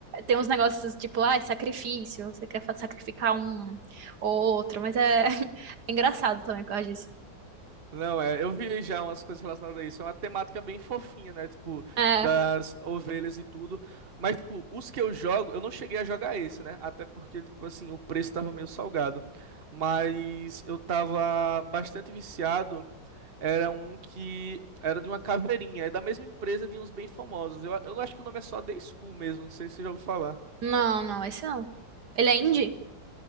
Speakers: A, on the right (about 65°); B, on the right (about 35°).
A: ter uns negócios tipo, ah, sacrifício, você quer fa- sacrificar um ou outro, mas é, <laughs> é engraçado também por causa disso.
B: Não, é, eu vi já umas coisas relacionadas a isso. É uma temática bem fofinha, né? Tipo,
A: É,
B: das ovelhas e tudo. Mas, tipo, os que eu jogo, eu não cheguei a jogar esse, né? Até porque, tipo assim, o preço tava meio salgado. Mas eu tava bastante viciado. Era um que era de uma caveirinha. É da mesma empresa de uns bem famosos. Eu, eu acho que o nome é só The School mesmo. Não sei se você já ouviu falar.
A: não, não, esse não. Ele é indie?